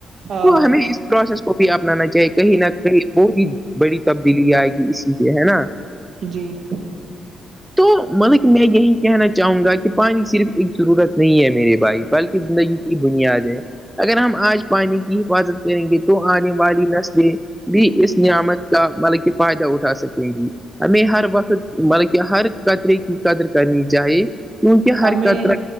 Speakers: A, on the right; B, in the centre.
A: ہاں
B: تو ہمیں اس پروسیس کو کو بھی اپنانا چاہے کہیں نہ کہیں بہت ہی بڑی تبدیلی آئے گی اسی سے ہے نا
A: جی <unintelligible>
B: تو مطلب کہ میں یہی کہنا چاہوں گا کہ پانی صرف ایک ضرورت نہیں ہے میرے بھائی بلکہ زندگی بنیاد ہے اگر ہم آج پانی کی حفاظت کریں گے تو آنے والی نسلیں بھی اس نعمت کا مطلب کہ فائدہ اٹھا سکیں گی ہمیں ہر وقت مطلب کہ ہر قطرے کی قدر کرنی چاہیے کیونک
A: ہمیں
B: ہر قتر